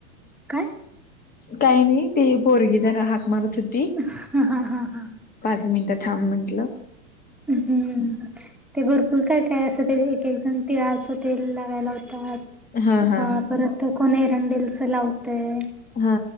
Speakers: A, in the centre; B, on the left.
A: काय.
B: काय नाही ती पोरगी जरा हाक मारत होती.
A: ह हा हा हा.
B: पाच मिनिटं थांब म्हंटलं.
A: हम्म ते भरपूर काय काय असं ते एक एक जण तिळाचं ते लावय लावतात.
B: हा हा.
A: परत कोण एरंडेलच लावतय?
B: हा.